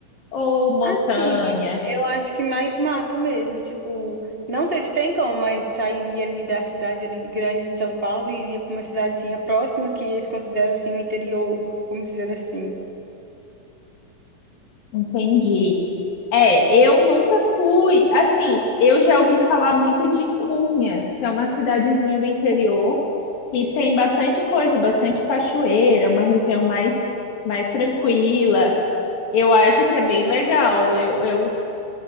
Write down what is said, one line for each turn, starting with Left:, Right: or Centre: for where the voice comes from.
Left: ou montanha.
Right: Assim, eu acho que mais mato mesmo, tipo, não sei se tem como, mas sairia ali da cidade ali de grande de São Paulo e iria para uma cidadezinha próxima que eles consideram assim o interior, vamos dizer assim.
Left: Entendi. É, eu nunca fui. Assim, eu já ouvi falar muito de Cunha, que é uma cidadezinha do interior, e tem bastante coisa, bastante cachoeira, uma região mais, mais tranquila. Eu acho que é bem legal. Eu, eu